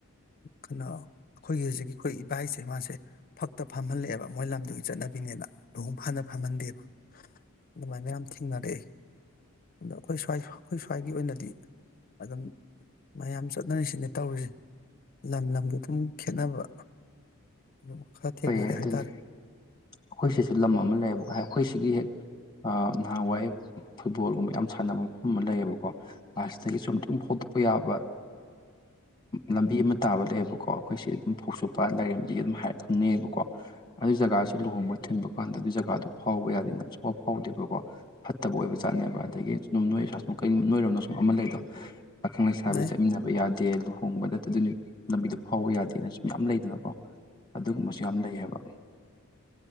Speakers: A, on the left; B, on the left.
A: ꯀꯩꯅꯣ ꯑꯩꯈꯣꯏꯒꯤ ꯍꯧꯖꯤꯛꯀꯤ ꯑꯩꯈꯣꯏ ꯏꯚꯥꯏꯁꯦ ꯃꯥꯁꯦ ꯐꯛꯇ ꯐꯝꯍꯜꯂꯛꯑꯦꯕ ꯃꯣꯏ ꯂꯝꯗꯨꯒꯤ ꯆꯠꯅꯕꯤꯅꯦꯅ ꯂꯨꯍꯣꯡ ꯐꯥꯅ ꯐꯝꯍꯟꯗꯦꯕ ꯑꯗꯨꯃꯥꯏꯅ ꯌꯥꯝ ꯊꯦꯡꯅꯔꯛꯑꯦ ꯑꯗꯣ ꯑꯩꯈꯣꯏ ꯁ꯭ꯏ ꯑꯩꯈꯣꯏ ꯁ꯭ꯋꯥꯏꯒꯤ ꯑꯣꯏꯅꯗꯤ ꯑꯗꯨꯝ ꯃꯌꯥꯝ ꯆꯠꯅꯔꯤꯁꯤꯅꯦ ꯇꯧꯔꯤꯁꯦ ꯂꯝ ꯂꯝꯒꯤ ꯑꯗꯨꯝ ꯈꯦꯠꯅꯕ ꯑꯗꯨ ꯈꯔ ꯊꯦꯡꯅꯔꯦ
B: ꯐꯩꯌꯦ ꯑꯗꯨꯅꯤ
A: ꯍꯥꯏꯇꯥꯔꯦ
B: ꯑꯩꯈꯣꯏꯁꯤꯁꯨ ꯂꯝ ꯑꯃ ꯂꯩꯌꯦꯕ ꯍꯥꯏ ꯑꯩꯈꯣꯏꯁꯤꯒꯤ ꯍꯦꯛ ꯅꯍꯥꯟꯋꯥꯏ ꯐꯨꯠꯕꯣꯜꯒꯨꯝꯕ ꯌꯥꯝ ꯁꯥꯟꯅꯕ ꯃꯐꯝ ꯑꯃ ꯂꯩꯌꯦꯕꯀꯣ ꯑ ꯁꯤꯗꯒꯤ ꯁꯇꯝ ꯐꯥꯎꯗꯣꯛꯄ ꯌꯥꯕ ꯂꯝꯕꯤ ꯑꯃ ꯇꯥꯕ ꯂꯩꯌꯦꯕꯀꯣ ꯑꯩꯈꯣꯏꯁꯤ ꯑꯗꯨꯝ ꯐꯧꯆꯣꯛꯄ ꯂꯥꯏꯔꯦꯝꯕꯤ ꯑꯗꯨꯝ ꯍꯥꯏꯔꯛ ꯈꯪꯅꯩꯑꯕꯀꯣ ꯑꯗꯨꯏ ꯖꯒꯥꯁꯨ ꯂꯨꯍꯣꯡꯕ ꯊꯤꯟꯕ ꯀꯥꯟꯗ ꯑꯗꯨꯏ ꯖꯒꯥꯗꯣ ꯐꯥꯎꯕ ꯌꯥꯗꯦ ꯅꯁꯨꯐꯥꯎ ꯐꯥꯎꯗꯦꯕꯀꯣ ꯐꯠꯇꯕ ꯑꯣꯏꯕꯖꯥꯠꯅꯦꯕ ꯑꯗꯒꯤꯨꯝ ꯅꯣꯏꯔ ꯁꯥꯁ ꯀꯩ ꯅꯣꯏꯔꯣꯅꯁꯨꯝ ꯑꯃ ꯂꯩꯗꯣ ꯄꯥꯈꯪ ꯂꯩꯁꯥꯕꯤ
A: ꯂꯩ
B: ꯆꯠꯃꯤꯟꯅꯕ ꯌꯥꯗꯦ ꯇꯦ ꯂꯨꯍꯣꯡꯕꯗ ꯗ ꯑꯗꯨꯏ ꯅꯨ ꯂꯝꯕꯤꯗꯣ ꯐꯥꯎꯕ ꯌꯥꯗꯦ ꯗꯦꯅ ꯁꯨꯝ ꯌꯥꯝ ꯂꯩꯗꯅꯀꯣ ꯑꯗꯨꯒꯨꯝꯕꯁꯨ ꯌꯥꯝ ꯂꯩ ꯍꯥꯏꯕ